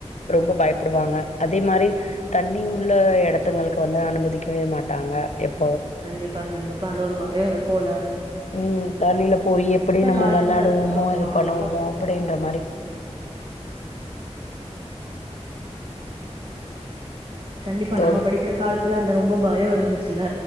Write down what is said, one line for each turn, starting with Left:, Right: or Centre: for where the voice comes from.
Left: ரொம்ப பயப்படுவாங்க அதே மாரி தண்ணி உள்ள எடத்துங்குளுக்கு வந்து அனுமதிக்கவே மாட்டாங்க எப்
Right: கண்டிப்பா கண்டிப்பா அந்த ஒரு பயோ இருக்குல
Left: ம் தண்ணில போயி எப்டி நம்ம
Right: காலத்துல
Left: வெள்ளாடுவோமோ
Right: ஆமா
Left: இது பண்ணுவோமோ
Right: நம்ம
Left: அப்டின்ற மாரி
Right: கண்டிப்பா
Left: தோழி
Right: நம்ம படிக்கற காலத்துல அந்த ரொம்ப பயோ இருந்துச்சுல்ல